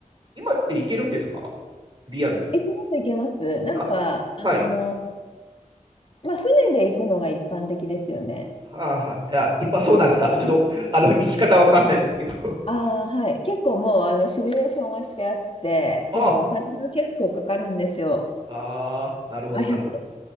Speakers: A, on the right; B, on the left.
A: 今っていけるんですかリアルに。
B: 行けます、行けます。なんか、
A: あ、
B: あの、
A: はい。
B: まあ、船で行くのが一般的ですよね。
A: はあ、はい。いや、いっぱいそうなんですか。ちょっと、あの、生き方わかんないですけど <laughs>。
B: ああ、はい。結構もうあのシミュレーションはしてあって、
A: あ、
B: でもお金が結構かかるんですよ。
A: あなるほど、
B: まあ、1
A: なるほど。